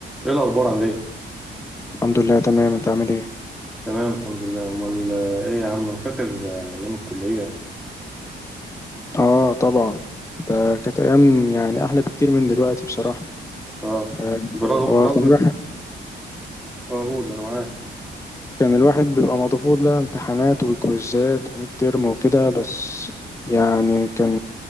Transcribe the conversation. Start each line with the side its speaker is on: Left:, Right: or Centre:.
Centre: ايه الاخبار عامل ايه
Left: الحمد لله تمام انت عامل ايه
Centre: تمام الحمد لله امال آه، ايه يا عم فاكر آه، ايام الكليه
Left: اه طبعا ده كانت ايام يعني احلى بكتير من دلوقتي بصراحه
Centre: اه
Left: آه،
Centre: برغم
Left: هو
Centre: برغم
Left: كان الواحد
Centre: آه، قول انا معاك
Left: كان الواحد بيبقى مضغوط بقى امتحانات وكويزات وميد ترم وكده بس يعني كان